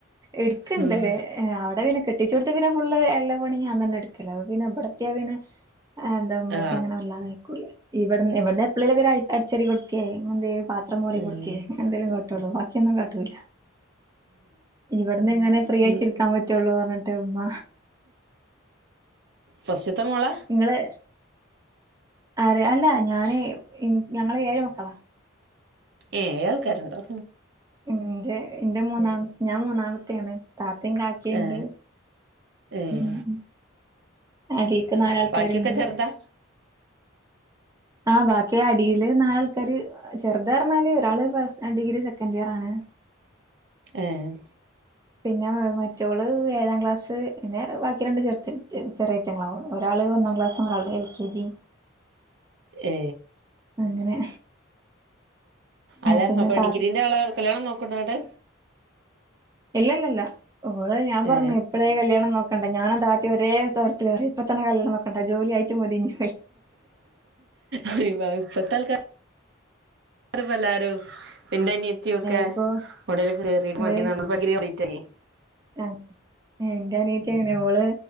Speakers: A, on the right (about 15°); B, on the right (about 55°).
A: എടുക്ക്ണ്ട്
B: ഉം
A: അവിടെ പിന്നെ കെട്ടിച്ചോ ട് ത്ത് പിന്നെ ഫുള്ള് എല്ലാ പണീം ഞാൻ തന്നാഎടുക്കല് അപ്പൊ പിന്നെ ഇബ ടത്തിയാ പിന്നെ ഏ ന്ത മ്മച്ച
B: ആ
A: അങ്ങനെ വല്ലാതെയിക്കൂല ഇവിടന്ന് ഇവിടന്ന് എപ്പളെങ്കിലൊക്കെ അടിച്ചാരി കൊടുക്കെ എന്ത പത്രമോറി
B: ഉം
A: കൊടുക്കേ എന്തെങ്കിലും കട്ടുള്ളൂ ബാക്കിയൊന്നും ക ല ഇവിടന്ന് ഇങ്ങനെ ഫ്രീ ആയിട്ടിരിക്കാൻ
B: ഉം
A: പറ്റുള്ളു പറഞ്ഞിട്ട് മ്മ
B: ഫസ്റ്റിത്തെ മോള
A: നിങ്ങള് ആര് അല്ല ഞാന് ഇൻ ഞങ്ങള് ഏഴ് മക്കളാ
B: ഏഹ് ആൾക്കാരുണ്ടോ
A: എന്റെ എന്റെ മൂന്നാമ ഞാൻ മൂന്നാമത്തെണ് താത്തയും കാക്കിയുണ്ട്
B: ഏ ഏ
A: ഉം അടിക്ക് നാലാൾക്കാരുണ്ട്
B: ബാക്കിയൊക്കെ ചെറുതാ
A: ആഹ് ബാക്കി അടില് നാലാൾക്കാര് ചെറുത് പറഞ്ഞാല് ഒരാള് പ്ലസ് ഡിഗ്രി സെക്കൻറ് ഇയർ ആണ്
B: ഏഹ്
A: പിന്നെ മറ്റോള് ഏഴാം ക്ലാസ്സ് പിന്നെ ബാക്കി രണ്ട് ചെറ് ചെ ചെറിയറ്റങ്ങളാവുന്നു ഒരാള് ഒന്നാം ക്ലാസ് ഒരാള് എൽ കെ ജി
B: ഏ
A: അങ്ങനെ
B: അല്ല
A: പിന്നെ
B: അപ്പൊ
A: താ
B: ഡിഗ്രീന്റെ ആള് കല്യാണം നോക്കണ്ടങ്ങോട്ട്
A: ഇല്ലല്ലല്ല ഓള് ഞാൻ പറഞ്ഞ
B: ഏ
A: ഇപ്പോഴേ കല്യാണം നോക്കണ്ട ഞാനും താതേം ഒരേ സ്വരത്തില് പറയും ഇപ്പ തന്നെ കല്യാണംനോക്ക കണ്ടാ ജോലിയായിട്ട് മതിഞ്ഞു
B: ഏഹ് ഇപ്പത്താൽക്ക റ് പ്പ എല്ലാരും എന്റെ അനിയത്തിയൊഒക്കെ
A: ഇപ്പൊ
B: ഉടലൊക്കെ കയറിയിട്ട്
A: ഏഹ്
B: മതി പറഞ്ഞു പ്പ പ്പഗ്രിയോ ലേറ്റായി
A: ആഹ് എന്റെ അനിയത്തി അങ്ങനെ ഓള്